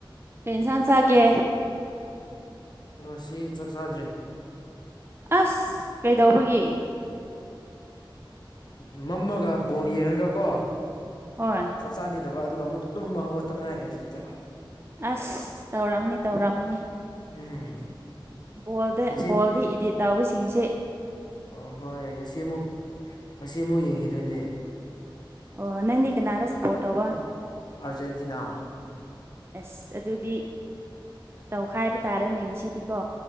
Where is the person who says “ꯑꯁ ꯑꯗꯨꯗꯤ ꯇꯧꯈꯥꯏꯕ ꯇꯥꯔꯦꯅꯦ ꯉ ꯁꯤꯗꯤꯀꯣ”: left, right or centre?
Right